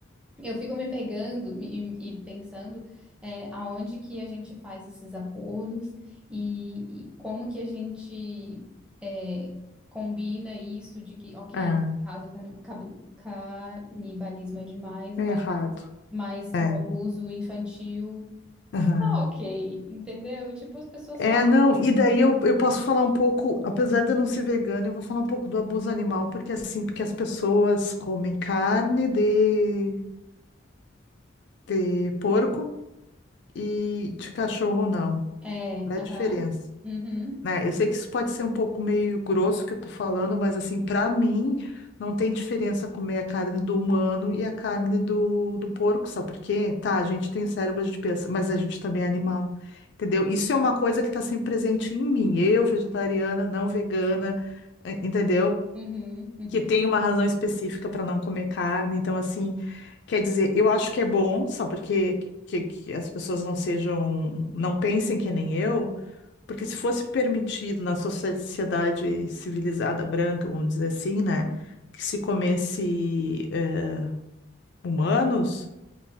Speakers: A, in the centre; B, on the left.
A: Eu fico me pegando e, e pensando é, aonde que a gente faz esses acordos e, e como que a gente é, combina isso de que, ok,
B: aham,
A: nesse caso o cani- cab- canibalismo é demais,
B: é,
A: mas,
B: é errado,
A: mas o
B: é,
A: abuso infantil
B: aham.
A: tá ok, entendeu? Tipo, as pessoas
B: É,
A: falam.
B: não, e daí eu, eu posso falar um pouco, apesar de eu não ser vegana, eu vou falar um pouco do abuso animal, porque é assim, porque as pessoas comem carne de, de porco e de cachorro não.
A: É,
B: Qual é a
A: aham.
B: diferença?
A: Uhum,
B: né? Eu sei que isso pode ser um pouco meio grosso que eu tô falando, mas assim, pra mim, não tem diferença comer a carne do humano e a carne do, do porco, sabe por quê? Tá, a gente tem cérebro de pensa, mas a gente também é animal, entendeu? Isso é uma coisa que tá sempre presente em mim, eu, vegetariana, não vegana, eh, entendeu?
A: uhum, uhum.
B: Que tem uma razão específica para não comer carne, então assim, quer dizer, eu acho que é bom, só porque que, que as pessoas não sejam, não pensem que nem eu. Porque se fosse permitido na sociedade civilizada branca, vamos dizer assim, né, que se comesse eh, humanos,